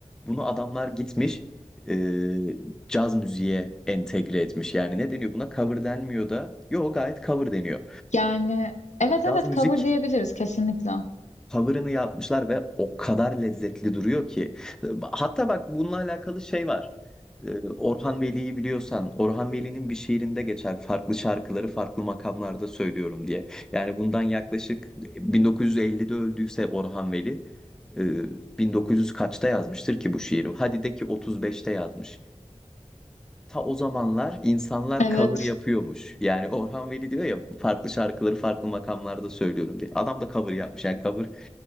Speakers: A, in the centre; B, on the left.
A: Bunu adamlar gitmiş e, caz müziğe entegre etmiş. Yani ne deniyor buna? Cover denmiyor da. Yo gayet cover deniyor.
B: Yani evet
A: Caz
B: evet
A: müzik
B: cover diyebiliriz kesinlikle.
A: cover'ını yapmışlar ve o kadar lezzetli duruyor ki. Hatta bak bununla alakalı şey var. Ee, Orhan Veli'yi biliyorsan, Orhan Veli'nin bir şiirinde geçer farklı şarkıları farklı makamlarda söylüyorum diye. Yani bundan yaklaşık 1950'de öldüyse Orhan Veli, e, 1900 kaçta yazmıştır ki bu şiiri? Hadi de ki 35'te yazmış. Ta o zamanlar insanlar
B: Evet.
A: cover yapıyormuş. Yani Orhan Veli diyor ya farklı şarkıları farklı makamlarda söylüyorum diye. Adam da cover yapmış. Yani cover